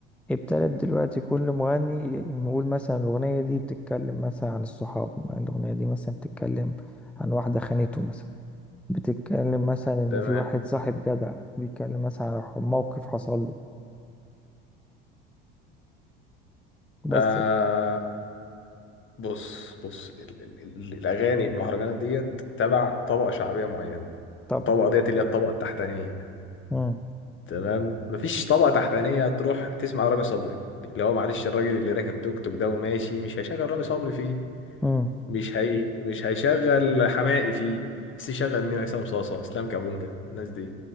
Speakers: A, in the centre; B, on the left.
A: ابتدت دلوقتي كل مغني نقول مثلا الأغنية دي بتتكلم مثلا عن الصحاب الأغنية دي مثلا بتتكلم عن واحدة خانته مثلا بتتكلم مثلا إن
B: تمام
A: في واحد صاحب جدع بيتكلم مثلا عن ح- موقف حصل له بس
B: آه بص بص ال ال ال الاغاني المهرجانات ديت تبع طبقة شعبية معينة
A: طبعا
B: الطبقة ديت اللي هي الطبقة التحتانية
A: مم.
B: تمام مفيش طبقة تحتانية تروح تسمع رامي صبري اللي هو معلش الراجل اللي راكب توك توك ده وماشي مش هيشغل رامي صبري فيه
A: مم.
B: مش هي... مش هيشغل حماقي فيه بس يشغل مين عصام صاصة اسلام كابونجا الناس دي